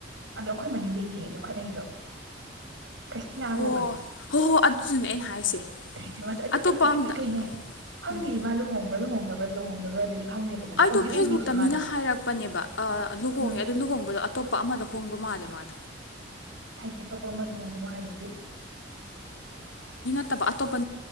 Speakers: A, on the right; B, on the left.
A: ꯑꯗꯣ ꯑꯩꯈꯣꯏ ꯃꯅꯤꯡꯗꯩꯅꯦ ꯑꯗꯣ ꯈꯠꯅꯩꯗꯣ ꯈꯩꯁꯇꯅ
B: ꯑꯣ
A: ꯀꯧꯕꯧꯕꯅ
B: ꯍꯣ ꯍꯣ ꯑꯗꯨꯗꯨꯅꯦ ꯑꯩꯅ ꯍꯥꯏꯁꯦ
A: ꯆꯦ ꯃꯥꯁ
B: ꯑꯇꯣꯞꯄ
A: ꯑꯩ ꯏꯄꯤꯄꯤꯤꯛꯩꯅꯦ
B: ꯑꯝꯗ
A: ꯐꯪꯗꯦ
B: ꯎꯝ
A: ꯃꯥ ꯂꯨꯍꯣꯡꯉꯦ ꯍꯣꯡꯕꯗꯂꯍꯣꯡꯗꯒ ꯑꯗꯨꯗꯤ ꯈꯪꯗꯦꯕꯀꯣ ꯃꯥ
B: ꯑꯩꯗꯣ
A: ꯎꯗꯤ
B: ꯐꯦꯁꯕꯨꯛꯇ
A: ꯎꯈꯤꯗ꯭ꯔꯦ ꯃꯥꯗꯣ
B: ꯃꯤꯅ ꯍꯥꯏꯔꯛꯄꯅꯦꯕ ꯂꯨꯍꯣꯡꯉꯦ
A: ꯎꯝ
B: ꯑꯗꯨ ꯂꯨꯍꯣꯡꯕꯗꯣ ꯑꯇꯣꯞꯄ ꯑꯃꯗ ꯍꯣꯡꯕ ꯃꯥꯜꯂꯦ ꯃꯥꯜꯂꯦ
A: ꯍꯥꯏꯗꯤ ꯑꯇꯣꯞꯄ ꯑꯃꯗꯨ ꯍꯣꯡꯕ ꯃꯥꯂꯗꯤ
B: ꯇꯕꯥꯇꯣ ꯄ